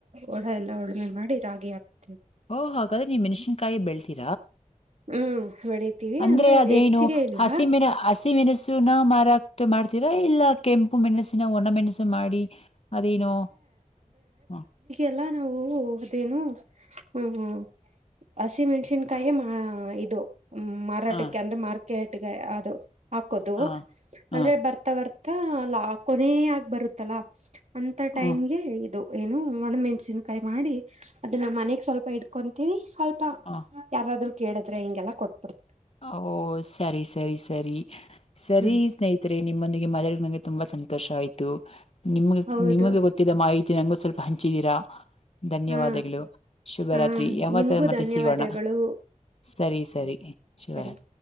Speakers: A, on the right (about 60°); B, on the left (about 50°).
A: ಓಡ ಎಲ್ಲ ಉಳುಮೆ ಮಾಡಿ ರಾಗಿ ಹಾಕ್
B: ಓಹ್ ಹಾಗಾದ್ರೆ ನೀವ್ ಮೆಣಸಿನಕಾಯಿ ಬೆಳ್ತಿ
A: ಹ್ಮ್ ಬೆಳಿತೀವಿ
B: ಅಂದ್ರೆ ಅದೇನು
A: ಹೆಚ್ಚಿಗೆ ಇಲ್ಲ
B: ಹಸಿಮಿನ ಸಿಮೆಣಸುನ ಮಾರಾಕ್ಟ್ ಮಾಡ್ತೀರ ಇಲ್ಲ ಕೆಂಪು ಉಪ್ಪು ಮೆಣಸಿನ ಒಣ ಮೆಣಸು ಮಾಡಿ ಅದೇನೋ ಹ
A: ಎಲ್ಲ ನಾವು ಅದೇನು ಹ್ಮ ಹಸಿಮೆಣಸಿನ್ಕಾಯಿ ಇದು ಹ್ಮ ಮಾರಾಟಕ್ಕೆ
B: ಹ
A: ಅಂದ್ರೆ ಮ ಕೇಟಗ ಅದು ಹಾಕೋದು
B: ಹ ಹ
A: ಆದ್ರೆ ಬರ್ತಾ ಬರ್ ಹ ಲಾ ಕೊನೆ ಆಗ್ ಬರುತ್ತಲಾ ಅಂತ ಟೈಮ್ಗೆ
B: ಓ
A: ಇದು ಏನು ಒಣ ಮೆಣ್ಸಿನ್ಕಾಯಿ ಮಾಡಿ ಅದನ್ನ ಮನೆಗ್ ಸ್ವಲ್ಪ ಇಡ್ಕೊಂತೀಿ ಸ್ವಲ್ಪ
B: ಹ
A: ಯಾರಾದ್ರೂ ಕೇಳಿದ್ರೆ ಹಿಂಗೆಲ್ಲ ಕೊಟ್ಟ
B: ಓ ಸರಿ ಸರಿ ಸರಿ ಸರಿ
A: ಹ್ಮ್
B: ಸ್ನೇಹಿತರೆ ನಿಮ್ಮೊಂದಿಗೆ ಮದಳ ನಂಗೆ ತುಂಬಾ ಸಂತೋಷ ಆಯ್ತು ನಿಮ್ಗೆ
A: ಹೌದು
B: ನಿಮಗೆ ಗೊತ್ತಿದ್ದ ಮಾಹಿತಿ ನಂು ಹಂಚಿದೀರಾ ಧನ್ಯವಾದಗಳು
A: ಹಾ
B: ಶುಭರಾತ್ರಿ
A: ಹಾ
B: ಯಾವತರ
A: ನಿಮ್ಗೂ
B: ಮತ್ತೆ
A: ಧನ್ಯವಾದಗಳು
B: ಸಿಗೋಣ ಸರಿ ಸರಿ ಶಿವರಾತ್ರಿ.
A: ಹರಿ <inaudible>